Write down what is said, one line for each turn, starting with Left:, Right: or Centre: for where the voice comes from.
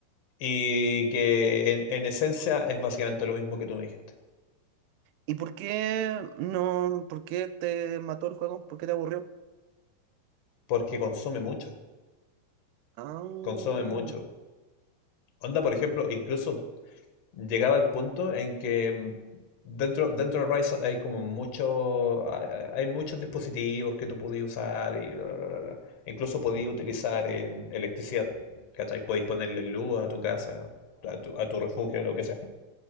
Left: y que en, en esencia es básicamente lo mismo que tú me dijiste,
Right: ¿Y por qué no? ¿Por qué te mató el juego? ¿Por qué te aburrió?
Left: porque consume mucho,
Right: Ah,
Left: consume mucho. Onda, por ejemplo, incluso llegaba al punto en que mm, dentro, dentro de Rise hay como mucho, hay, hay muchos dispositivos que tú podías usar y bla, bla, bla, bla, bla. Incluso podías utilizar eh, electricidad, ¿cachai? Podías ponerle luz a tu casa, a tu, a tu refugio, lo que sea.